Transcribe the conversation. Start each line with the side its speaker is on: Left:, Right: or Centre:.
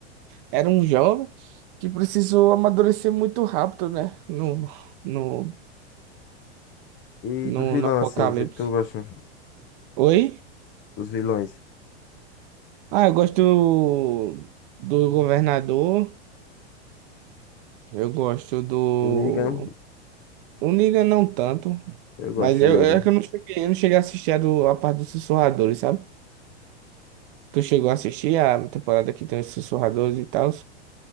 Right: era um jovem que precisou amadurecer muito rápido, né? No, no,
Left: E
Right: no,
Left: do vilão,
Right: no Apocalipse.
Left: assim, o que é que tu gosta
Right: Oi?
Left: dos vilões?
Right: Ah, eu gosto do, do governador, eu gosto do.
Left: O Negan,
Right: O Negan não tanto,
Left: eu gosto
Right: mas eu,
Left: do Negan.
Right: é que eu não cheguei, eu não cheguei a assistir a, do, a parte dos sussurradores, sabe? Tu chegou a assistir a temporada que tem os sussurradores e tal?